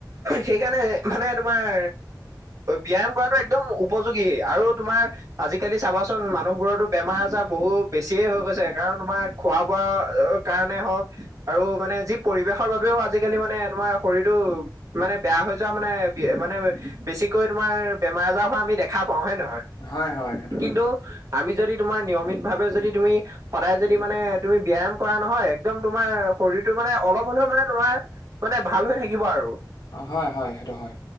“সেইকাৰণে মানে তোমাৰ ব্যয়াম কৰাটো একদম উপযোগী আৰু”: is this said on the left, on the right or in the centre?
Right